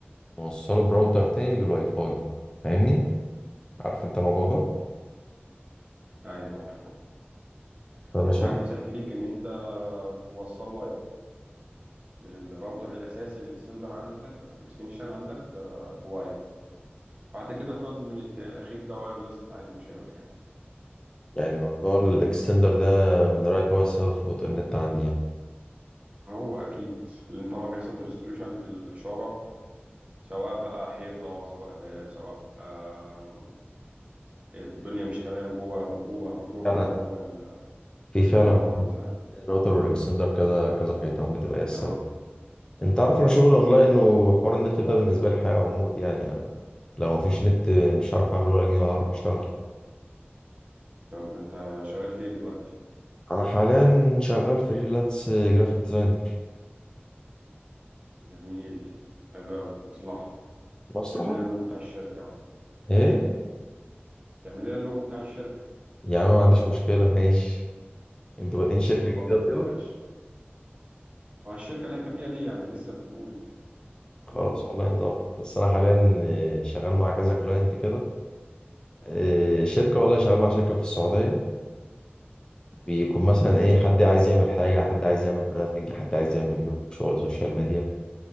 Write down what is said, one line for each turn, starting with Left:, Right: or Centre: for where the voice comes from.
Left: موصله براوتر تاني بالواي فاي فاهمني عارف انت الموضوع ده
Right: أيوة عارفه
Left: فمش
Right: والله
Left: عارف
Right: نصيحتي ليك إن أنت توصل واير من الراوتر الأساسي الإكستندر عندك أو الإكستنشن عندك آه، بواير بعد كده خد من الت- الأخير ده وايرلس عادي مش هيقول حاجة
Left: يعني موضوع الاكستندر ده من رأيك هو السبب في بطء النت عندي يعني
Right: هو أكيد لأن طبعا بيحصل ديستريبيوشن في الإشارة سواء بقى حيطة سواء باب سواء آه، الدنيا مش تمام جوه رطوبة في رطوبة
Left: انا
Right: عالية جوه ال-
Left: في فعلا
Right: جوه العمارة مثلا
Left: الراوتر والاكستندر كذا كذا حيطه ممكن تبقى هي السبب
Right: تمام
Left: انت عارف انا شغلي اونلاين وحوار النت ده بالنسبه لي حياه وموت يعني لو مفيش نت مش هعرف اعمل ولا جنيه ولا هعرف اشتغل
Right: طب أنت شغال في إيه دلوقتي؟
Left: انا حاليا شغال فريلانس جرافيك ديزاينر
Right: جميل حلو أوي مصلحة
Left: مصلحة
Right: تعمل لنا اللوجو بتاع الشركه بقى
Left: ايه
Right: تعمل لنا اللوجو بتاع الشركه
Left: يا عم ما عنديش مشكلة ماشي انتوا بادئين شركة
Right: هظبطك
Left: جديدة
Right: ما تقلقش
Left: كده
Right: وعن الشركه اللي احنا فيها دي يعني لسه بتقول تمام
Left: خلاص والله نظبط بس انا حاليا آه، شغال مع كذا كلاينت كده آه، شركة والله شغال مع شركة في السعودية بيكون مثلا ايه حد عايز يعمل حاجة حد عايز يعمل براندنج حد عايز يعمل له شغل سوشيال ميديا